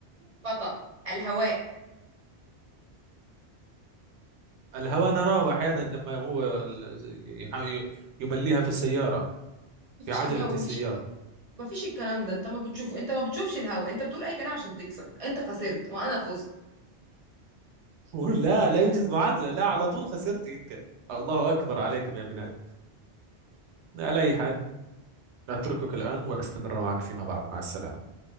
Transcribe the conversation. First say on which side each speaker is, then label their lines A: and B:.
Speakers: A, on the right; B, on the right.
A: خطأ الهواء
B: الهواء نراه أحيانا لما هو ال- يح- يمليها في السيارة
A: مفيش
B: في عجلة
A: الجو مفيش
B: السيارة
A: الك... مفيش الكلام ده انت ما بتشوفه انت ما بتشوفش الهواء انت بتقول اي كلام عشان تكسب انت خسرت وانا فزت
B: <laughs> لا لا يوجد معادلة لا على طول خسرتي أنت الله أكبر عليكم يا بنات على أي حال أتركك الآن وأستمر معك فيما بعد مع السلامة